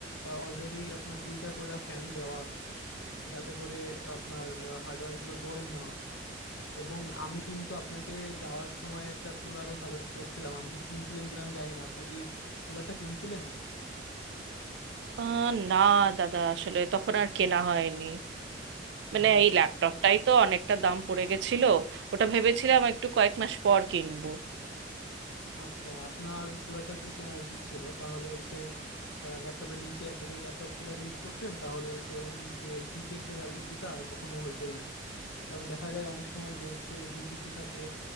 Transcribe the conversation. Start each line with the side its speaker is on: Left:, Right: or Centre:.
Left: অলরেডি আপনার দুইটা কইরা ফ্যান দেওয়া আছে যাতে করে আপনার হার্ডওয়্যার গুলো গরম না হয় এবং আমি কিন্তু আপনাকে যাওয়ার সময় একটা কুলারও সাজেস্ট করছিলাম আপনি কিনছিলেন কিনা আমি জানি না আপনি কি কুলারটা কিনছিলেন
Right: আহ, না দাদা আসলে তখন আর কেনা হয়নি মানে
Left: এই যে
Right: এই ল্যাপটপটাই তো অনেকটা দাম পড়ে গেছিল ওটা ভেবেছিলাম একটু কয়েক মাস পর কিনবো
Left: আচ্ছা আপনার কুলারটা আসলে কেনা উচিত ছিল তাহলে হচ্ছে ল্যাপটপের নিচে একটা যদি ল্যাপটপ কুলার ইউজ করতেন তাহলে হচ্ছে ওই যে হিটের যে ইস্যুটা কখনো হইতোই না কারণ দেখা যায় অনেক সময় যে হচ্ছে হিট ইস্যু থাকলে